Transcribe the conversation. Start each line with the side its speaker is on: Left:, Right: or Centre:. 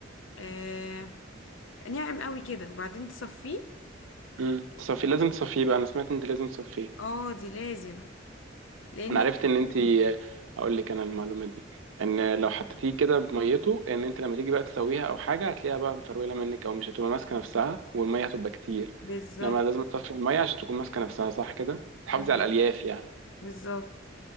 Left: آه ناعم قوي كده وبعدين تصفيه
Right: امم تصفي لازم تصفيه بقى انا سمعت انت لازم تصفيه
Left: اه دي لازم لان
Right: انا عرفت ان انت اقول لك انا المعلومه دي ان لو حطيتيه كده بميته ان انت لما تيجي بقى تسويها او حاجه هتلاقيها بقى مفروله منك او مش هتبقى ماسكه نفسها والميه هتبقى كتير
Left: بالظبط
Right: انما لازم تصفي الميه عشان تكون ماسكه نفسها صح كده تحافظي
Left: تمام
Right: على الالياف يعني
Left: بالظبط